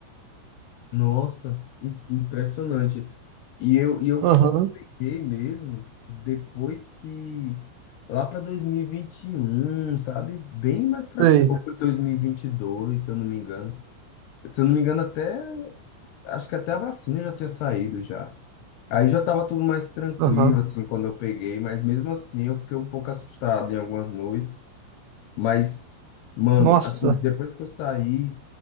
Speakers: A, on the left; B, on the right.
A: nossa, im- impressionante. E eu, e eu
B: Aham,
A: só peguei mesmo depois que, lá para 2021, sabe? Bem mais para
B: sei.
A: frente. Ou foi 2022, se eu não me engano. Se eu não me engano, até, acho que até a vacina já tinha saído já. Aí já estava tudo mais tranquilo,
B: Aham.
A: assim, quando eu peguei, mas mesmo assim eu fiquei um pouco assustado em algumas noites. Mas, mano,
B: Nossa,
A: assim, depois que eu saí,